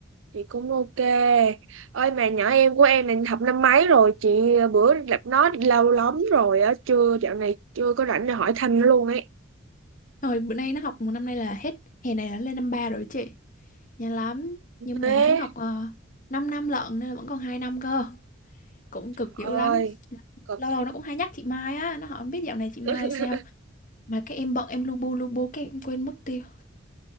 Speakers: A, on the right (about 75°); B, on the left (about 40°).
A: chị cũng ok ơi mà nhỏ em của em là học năm mấy rồi chị ờ, bữa gặp nó lâu lắm rồi á chưa dạo này chưa có rảnh để hỏi thăm nó luôn ấy
B: Rồi bữa nay nó học một năm nay là hết hè này là lên năm ba rồi chị. Nhanh lắm. Nhưng mà
A: thế
B: hắn học uh, 5 năm lận nên là vẫn còn 2 năm cơ. Cũng cực
A: ơi
B: dữ lắm.
A: cực
B: Lâu lâu nó cũng hay nhắc chị Mai á, nó hỏi "Không biết dạo này chị Mai
A: ờ
B: sao
A: <laughs>
B: mà cái em bận em lu bu lu bu cái em quên mất tiêu.